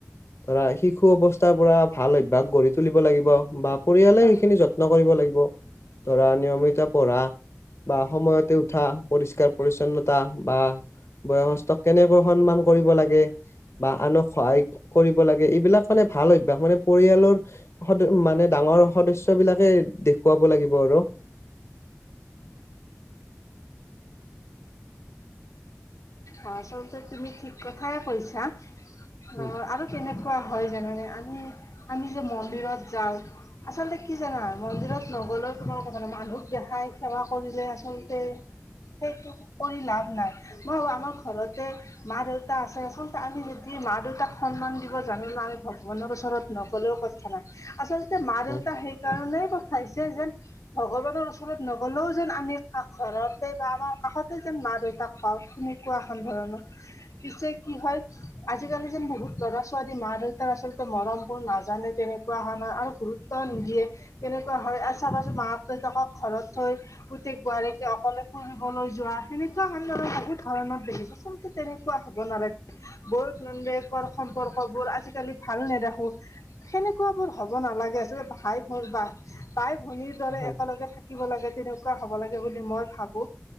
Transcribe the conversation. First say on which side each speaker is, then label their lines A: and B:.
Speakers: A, on the left; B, on the left.
A: ধৰা শিশু অৱস্থাৰ পৰা ভাল অভ্যাস গঢ়ি তুলিব লাগিব বা পৰিয়ালে
B: হয়
A: সেইখিনি যত্ন কৰিব লাগিব ধৰা নিয়মিত পঢ়া বা সময়তে উঠা পৰিষ্কাৰ পৰিচ্ছন্নতা বা বয়সস্থক কেনেকৈ সন্মান কৰিব লাগে বা আনক সহায় কৰিব লাগে এইবিলাক মানে ভাল অভ্যাস মানে পৰিয়ালৰ সদ মানে ডাঙৰ সদস্য বিলাকে দেখুৱাব লাগিব আৰু
B: আ আচলতে তুমি ঠিক কথাই কৈছা
A: উম
B: অ আৰু কেনেকুৱা হয় জানানে আমি আমি যে মন্দিৰত যাওঁ আচলতে কি জানা মন্দিৰত নগলেও তোমাৰ কথা নাই মানুহক দেখাই সেৱা কৰিলে আচলতে সেইটো কৰি লাভ নাই মই ভাবো আমাৰ ঘৰতে মা দেউতা আছে আচলতে আমি যদি মা দেউতাক সন্মান দিব জানিলে আমি ভগৱানৰ ওচৰত নগ'লেও কথা নাই আচলতে মা
A: হয়
B: দেউতা সেইকাৰণে খাইছে যেন ভগৱানৰ ওচৰত নগলেও যেন আমি কা ঘৰতে বা আমাৰ কাষতে যেন মা দেউতাক কা শুনি কোৱা এখন ধৰণত পিছে কি হয় আজিকালি যেন বহুত ল'ৰা ছোৱালী মা দেউতাৰ আচলতে মৰম বোৰ নাজানে তেনেকুৱা হয় নহয় আৰু গুৰুত্ব নিদিয়ে কেনেকুৱা হয় আৰু চাবাচোন মাক দেউতাক ঘৰত থৈ পুতেক বোৱাৰীকে অকলে ফুৰিবলৈ যোৱা সেনেকুৱা ভালদৰে বহুত কাৰণত দেখিছো আচলতে তেনেকুৱা হ'ব নালাগে বৌয়েক নন্দেকৰ সম্পৰ্ক বোৰ আজিকালি ভাল নেদখো সেনেকুৱা বোৰ হব নালাগে আছিল ভাই ভনী বা বাই ভনিৰ দৰে
A: হয়
B: একেলগে থাকিব লাগে তেনেকুৱা হব লাগে বুলি মই ভাবো